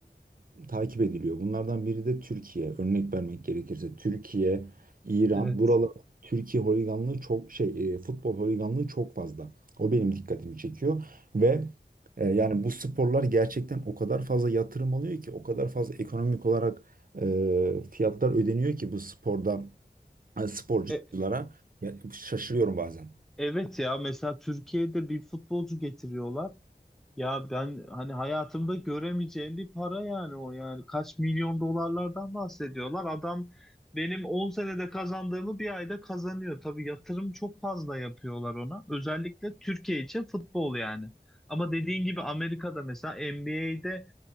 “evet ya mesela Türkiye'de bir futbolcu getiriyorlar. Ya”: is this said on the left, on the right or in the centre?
Centre